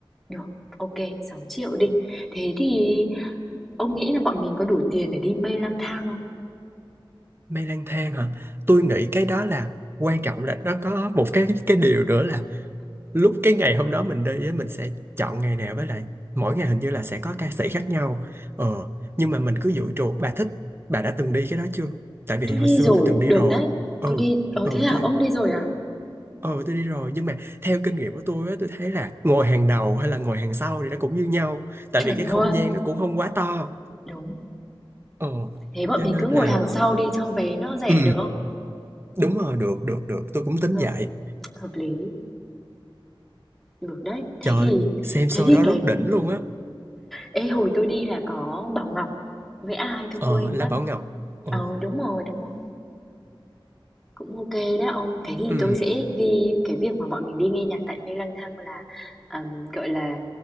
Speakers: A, in the centre; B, on the right.
A: Được, ok, 6 triệu đi. Thế thì ông nghĩ là bọn mình có đủ tiền để đi mây lang thang không?
B: Mây lang thang hả? Tôi nghĩ cái đó là quan trọng là nó có một cái cái điều nữa là lúc cái ngày hôm đó mình đi á, mình sẽ chọn ngày nào với lại mỗi ngày hình như là sẽ có ca sĩ khác nhau. Ờ nhưng mà mình cứ dự trù bà thích bà đã từng đi cái đó chưa? Tại vì
A: Tôi
B: hồi
A: đi
B: xưa
A: rồi,
B: tôi từng đi
A: được
B: rồi.
A: đấy.
B: Ừ.
A: Tôi đi, ờ
B: Ừ
A: thế à,
B: tôi
A: ông đi rồi à?
B: Ờ tôi đi rồi nhưng mà theo kinh nghiệm của tôi á tôi thấy là ngồi hàng đầu hay là ngồi hàng sau thì nó cũng như nhau tại
A: Chuẩn
B: vì cái không
A: luôn,
B: gian nó cũng không quá to
A: đúng.
B: ờ
A: Thế bọn
B: cho
A: mình
B: nên
A: cứ ngồi
B: là
A: hàng sau đi cho vé nó rẻ
B: ừ
A: được không?
B: đúng rồi được được được tôi cũng tính
A: Hợp,
B: vậy
A: hợp lý, được đấy. Thế
B: trời
A: thì,
B: xem show
A: thế thì
B: đó
A: cái,
B: rất đỉnh luôn á
A: ê hồi tôi đi là có Bảo Ngọc với ai tôi
B: ờ
A: quên
B: La
A: mất
B: Bảo Ngọc ờ
A: Ờ, đúng rồi, đúng rồi. Cũng ok đó ông. Cái gì
B: ừ
A: tôi sẽ ghi cái việc mà bọn mình đi nghe nhạc tại Mê Lang Thang là, ờm, gọi là,